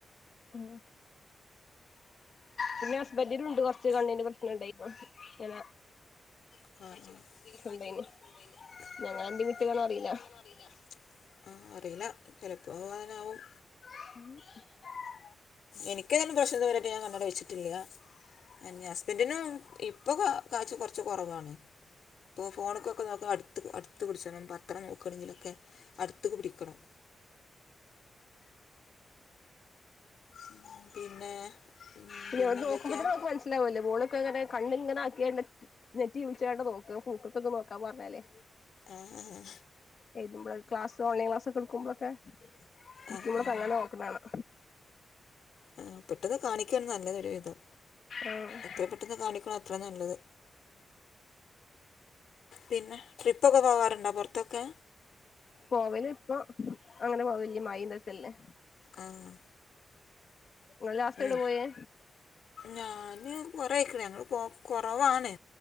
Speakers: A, on the left (about 45°); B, on the left (about 75°).
A: ഓ പിന്നെ ഹസ്ബന്റി നൊണ്ട് കൊറച്ച് കണ്ണിന്റെ പ്രശ്നമൊണ്ടായിപ്പോങ്ങനെ.
B: ആഹ് ആഹ്. കാഴ്ച്ചക. കാഴ്ച്ചക്ക്
A: ഉണ്ടായിന്
B: പ്രശ്നമൊണ്ടായിന്ന്.
A: ഞങ്ങളെന്തേ വിട്ടതാണോ
B: ഞങ്ങളന്റെ
A: അറിയില്ല
B: വിട്ട് കാണും അറിയില്ല. ആ അറിയില്ല. ചെലപ്പോ പോകാനാവും.
A: <inaudible>
B: എനിക്കതിനു പ്രശ്നയിതുവെരെയായിട്ട് ഞാൻ കണ്ണട വെച്ചിട്ടില്ല. എൻ ഹസ്ബൻ ന്റിനു ഇപ്പൊ ക കാഴ്ച്ച കൊറച്ച് കൊറവാണ്. ഇപ്പോ ഫോണൊക്കൊക്കെ നോക്ക അടുത്ത് അടുത്ത് പിടിച്ചോണം പത്രം നോക്കണങ്കിലൊക്കെ. അടുത്തേക്ക് പിടിക്കണം ഉം പിന്നെ
A: പിന്നെ,
B: പിന്നെന്തൊക്കെയാണ്
A: നോക്കുമ്പത്തന്നെ മ്മ ക്ക് മനസിലാകുലേ. മോളിപ്പയങ്ങനെ കണ്ണിങ്ങനെയാക്കിയാണ്ട് നെ ത്തി വിളിച്ചയൊടനെ നോക്ക്‌ പൂക്കക്കൊക്കെയൊന്ന് നോക്കാൻ പറഞ്ഞാല്.
B: ആഹ്
A: എടുക്കുമ്പൊ ഴേ. ക്ലാസ്സ്, ഓൺലൈൻ ക്ലാസ്സൊക്കെയെടുക്കുപ്പോളൊക്കെ ഇരിക്കുമ്പോഴെക്കെയങ്ങെന
B: ആഹ് ആഹ്
A: നോക്ക്‌ ണേന്ന്
B: ആ പെട്ടെന്ന് കാണിക്കയാണ് നല്ലതൊരു വിധം.
A: ആഹ്
B: എത്ര പെട്ടെന്ന് കാണിക്കണോഅ ത്ര നല്ലെത്. പിന്നെ ട്രിപ്പൊക്കെ പോകാറുണ്ടോ പൊറത്തൊക്കെ?
A: പോവലിപ്പൊ അങ്ങെനെ പോവല്യ. വെല്യമയയി തൊക്കെല്ലെ
B: ആഹ്
A: ഇങ്ങള് ലാസ്റ്റ്
B: ഉ
A: എവിടെ പോയേ
B: ഞാന് കൊറയ് ക്കണ് ഞങ്ങള് പോം. കൊറവാണ്.